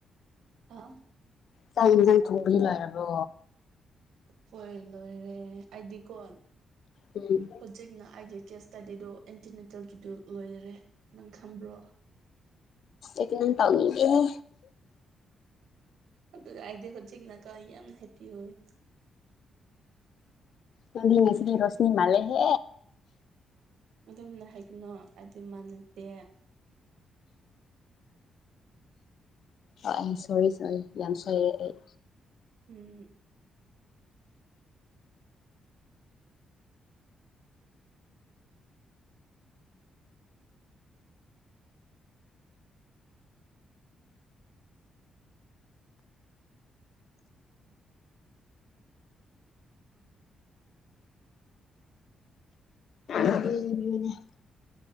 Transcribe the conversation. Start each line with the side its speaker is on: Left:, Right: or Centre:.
Right: ꯍꯥꯥ
Left: ꯆꯥꯛ ꯌꯦꯟꯁꯥꯡ ꯊꯣꯡꯄꯗꯤ ꯂꯣꯏꯔꯕꯣ
Right: ꯍꯣꯏ ꯂꯣꯏꯔꯦ ꯑꯩꯗꯤꯀꯣ
Left: ꯎꯝ
Right: ꯍꯨꯖꯤꯛꯅ ꯑꯩꯒꯤ ꯆꯦꯁ ꯇꯗꯤꯗꯣ ꯑꯦꯟꯇꯤꯅꯦꯇꯦꯜꯒꯤꯗꯨ ꯂꯣꯏꯔꯔꯦ ꯅꯪ ꯈꯟꯕ꯭ꯔꯣ
Left: ꯑꯇꯦꯟ ꯇꯧꯅꯤꯡꯗꯦꯍꯦ
Right: ꯑꯗꯨꯒ ꯑꯩꯗꯤ ꯍꯧꯖꯤꯛꯅꯀꯣ ꯌꯥꯝ ꯍꯦꯞꯄꯤ ꯑꯣꯏ
Left: ꯅꯪꯗꯤ ꯉꯁꯤꯗꯤ ꯔꯣꯁꯤꯅꯤ ꯃꯂꯦꯍꯦ
Right: ꯑꯗꯨꯝꯅ ꯍꯥꯏꯒꯅꯣ ꯑꯗꯨ ꯃꯥꯟꯅꯗꯦ
Left: ꯑꯥꯢ ꯌꯦꯝ ꯁꯣꯔꯤ ꯁꯣꯔꯤ ꯌꯥꯝ ꯁꯣꯏꯔꯦ ꯑꯩ
Right: ꯎꯝ
Left: <unintelligible>